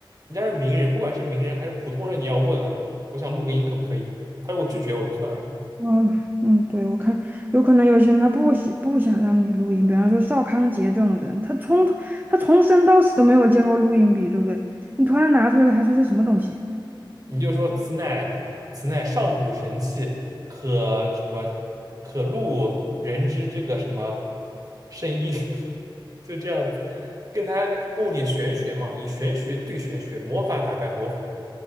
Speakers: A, on the right; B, on the right.
A: 人家是名人，不管是名人还是普通人，你要问啊，我想录个音可不可以？他如果拒绝我就算了。
B: 嗯嗯，对，我看有可能有些人他不喜不想让你录音，比方说邵康杰这种人，他从头他从生到死都没有见过录音笔，对不对？你突然拿出来，个，他说这什么东西？
A: 你就说此乃此乃上古神器，可什么可录人之这个什么声音，<laughs> 就这样子，跟他弄点玄学嘛，以玄学对玄学，魔法打败魔法